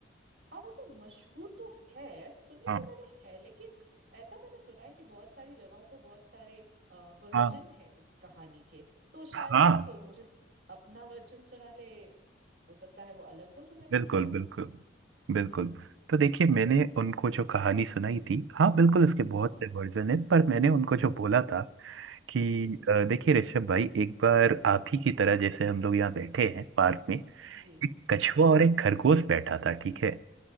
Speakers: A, on the right (about 65°); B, on the right (about 80°).
A: हाँ वैसे मशहूर तो है सुनी
B: हाँ
A: तो मैंने है लेकिन ऐसा मैंने सुना है कि बहुत सारी जगहों पे बहुत सारे वर्जन
B: हाँ
A: है इस कहानी के तो शायद
B: हाँ
A: आप मुझे सु- अपना वर्जन सुना ले हो सकता है वो अलग हो जो मैंने
B: बिल्कुल
A: सुना हो
B: बिल्कुल बिल्कुल तो देखिए मैंने उनको जो कहानी सुनाई थी हाँ बिल्कुल इसके बहुत
A: हाँ हाँ,
B: से वर्जन है पर मैंने उनको जो बोला था कि
A: हम्म हम्म,
B: अ, देखिए ऋषभ भाई एक बार आप ही की तरह जैसे हम लोग यहाँ बैठे हैं पार्क में
A: जी
B: एक कछुआ
A: हाँ हाँ,
B: और एक खरगोश बैठा था ठीक है